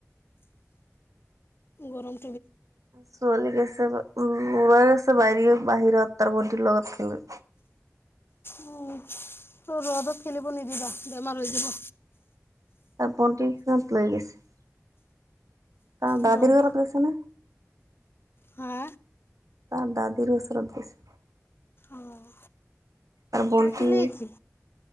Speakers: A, on the left; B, on the right.
A: গৰম
B: ছোৱালী গ আছে উম গ আছে বাইীও বাহিৰত তাৰ বডিৰ লগত খেলোঁ
A: উম ত ৰ'দত খেলিব নিদিবা বেমাৰ হৈ যাব।
B: তাৰ বন্তিখনত লৈ গৈছে ত বাহাদিৰ
A: ৰ'দ
B: লগত গৈছে না
A: হা
B: তাৰ দাদিৰোও ওচৰতে গৈছে।
A: অঁ
B: আৰু বটি
A: থাকিলেই কি